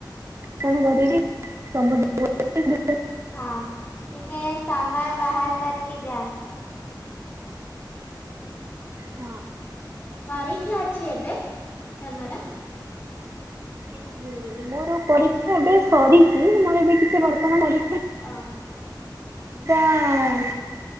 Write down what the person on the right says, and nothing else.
କରିବି <inaudible> ସମୁଦାୟ ଗୋଟେ ଦେ
ହଁ।
ହଁ ମୋର ପରୀକ୍ଷା ଏବେ ସରିଛି ମୋର ଏବେ କିଛି ବର୍ତ୍ତମାନ ପରୀକ୍ଷା
ଚା ଆ‌।